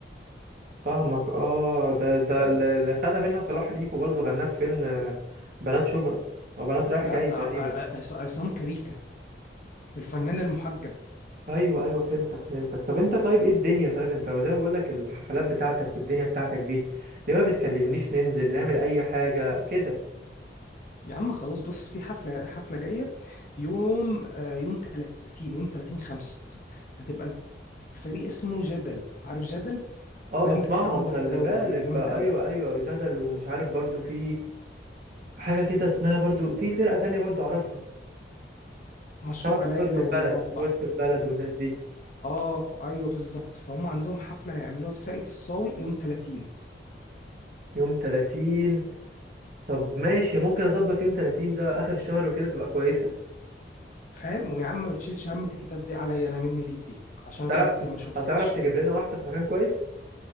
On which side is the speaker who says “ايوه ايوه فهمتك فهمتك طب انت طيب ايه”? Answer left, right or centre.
Right